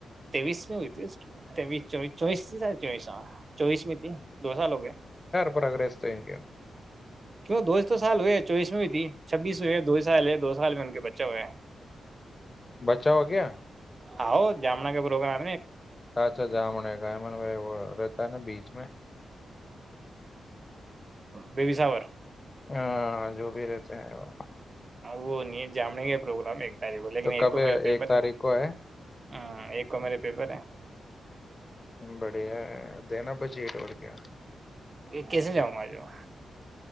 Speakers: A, on the right (about 25°); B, on the left (about 20°).
A: توس م ہوئیتی تس چس چوس ت سر چوس ہاں چوبیس میں تھی دو سال ہو گئے
B: پرریس تھینک یو
A: کیوں دوز تو سال ہوئے چوبس میں بھی تھی چھبیس ہو ہے دو سال ہے دو سال میں ان کے بچہ ہوئے ہے
B: بچا ہو گیا
A: آؤ جامن کے پروگرا آ
B: اچھا جامن ہے گ ایمن میں وہ رہتا ہے نا بیچ میں
A: بیبساور
B: ہاں جو بھی رہتے ہیں وہ
A: وہ نہیں جامنےے کا پروگرام ایک ب لیک
B: تو
A: ایک
B: کب ہے
A: میرے پیپر
B: ایک تاریخ
A: ہے
B: کو
A: ہ ایک کو میرے پیپر ہے
B: بڑھیا دینا بچےٹ بور کیا
A: کیسے جاؤں مار جؤ